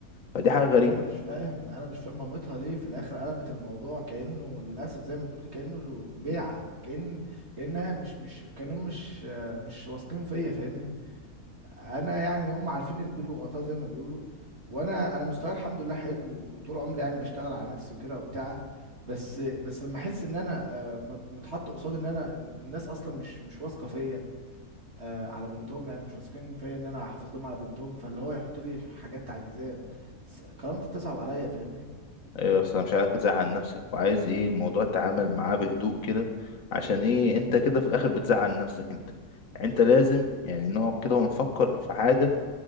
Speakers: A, on the left; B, on the right.
A: فدي حاجه غريبه
B: انا مش فاهم انا مش فاهم مامتها ليه في الاخر قلبت الموضوع كانه للاسف زي ما تقول كده، كانه بيعه كان كانها مش مش كانهم مش مش واثقين فيا فاهمني انا يعني هم عارفين البيل وغطاه زي ما بيقولوا وانا انا مستواي الحمد لله حلو وطول عمري يعني بشتغل على نفسي وكده وبتاع بس بس لما احس ان انا آه، مت- متحط قصاد ان انا الناس اصلا مش مش واثقه فيا آه، على بنتهم يعني مش واثقين فيا ان انا احافظ لهم على بنتهم فاللي هو يحط لي حاجات تعجيزيه س- كرامتي بتصعب عليا فاهمني
A: ايوه اصل أنا مش عايزك تزعل نفسك وعايز ايه الموضوع تعامل معاه بهدوء كده عشان ايه انت كده في الاخر بتزعل نفسك انت يعني انت لازم يعني نقعد كده ونفكر في حاجه